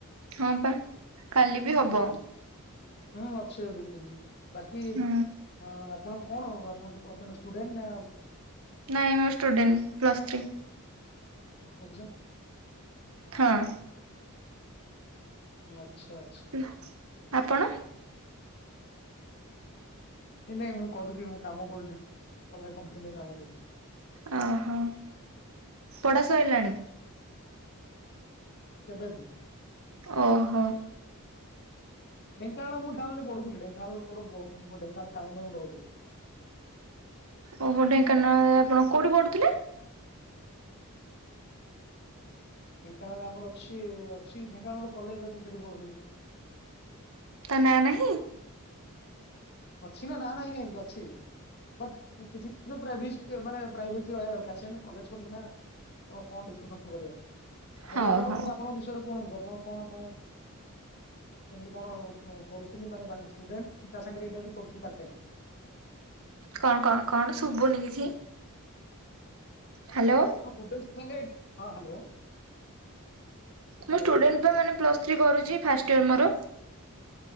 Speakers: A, on the right; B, on the left.
A: ହଁ ପା କାଲି ବି ହବ।
B: ହୁଁ ହୁଁ ହୁଁ ଅଛି ଦି ତିନି ଦିନ ବାକି ଅ
A: ହୁଁ
B: ଆପଣ କଣ ‌ହେବ ଆପଣଙ୍କ ପ୍ରଥମେ ଷ୍ଟୁଡେଣ୍ଟ ନା
A: ନାଇଁ ମୁଁ ଷ୍ଟୁଡେଣ୍ଟ୍ ପ୍ଲସ୍ ଥ୍ରୀ
B: <unintelligible>
A: ହଁ।
B: ଆଚ୍ଛା। ଆଚ୍ଛା
A: <unintelligible> ଆପଣ।
B: ଏବେ ମୁଁ କରୁଛି ମୁଁ କାମ କରୁଛି ଅଲଗା କମ୍ପାନୀ ପାଇଁ କାମ କରୁଛି।
A: ଓହୋ ପଢ଼ା ସଇଲାଣି?
B: କେବେଠୁ।
A: ଓହୋ।
B: ଢେଙ୍କାନାଳ ମୁଁ ଟାଉନ୍ ରେ ପଢୁଥିଲି ଢେଙ୍କାନାଳ ମୋର ବହୁତ୍ ଢେଙ୍କାନାଳ ଟାଉନ୍ ରେ ରହୁଥିଲି।
A: ଓହୋ ଢେଙ୍କାନାଳ ରେ ଆପଣ କୋଉଠି ପଢୁଥିଲେ?
B: ଢେଙ୍କାନାଳ ରେ ଆମର ଅଛି ଅଛି ଢେଙ୍କାନାଳ ରେ ଗୋଟେ କଲେଜ୍ ଅଛି ସେଠି ପଢ଼ୁଥିଲି।
A: ତା ନା ନାହିଁ।
B: ଅଛି ନା ନାଁ ନାହିଁ କାହିଁକି ଅଛି। ବଟ୍ କିଛି ମାନେ ପ୍ରାଭେସି ମାନେ ପ୍ରାଇଭେସୀ ରହିବା ଦରକାର କଲେଜ୍ ଫଲେଜ୍ ନାଁ ଓହୋ କଣ ଡିସକସନ୍ କରିବା ଆଉ
A: ହଉ
B: ଆଜ୍ଞା କଣ
A: ହଉ
B: ଆପଣଙ୍କ ବିଷୟରେ କୁ ଶୁଣନ୍ତୁ ଆପଣ କଣ କଣ କେମିତି କଣ କରୁଛନ୍ତି ମାନେ ବା ଷ୍ଟୁଡେଣ୍ଟ୍ ତା ସାଙ୍ଗରେ ଏଇଟା ବି କରୁଛନ୍ତି ପାର୍ଟ ଟାଇମ୍
A: କଣ କଣ କଣ ଶୁଭୁନି କିଛି। ହ୍ୟାଲୋ
B: ମୁଁ କହିଲି ଆପଣ ଷ୍ଟୁଡେଣ୍ଟ୍ ସାଙ୍ଗେ ହଁ ହ୍ୟାଲୋ। ହ୍ୟାଲୋ
A: ମୁଁ ଷ୍ଟୁଡେଣ୍ଟ୍ ପା ମାନେ ପ୍ଲସ ଥ୍ରୀ କରୁଛି ଫାଷ୍ଟ୍ ଇୟର ମୋର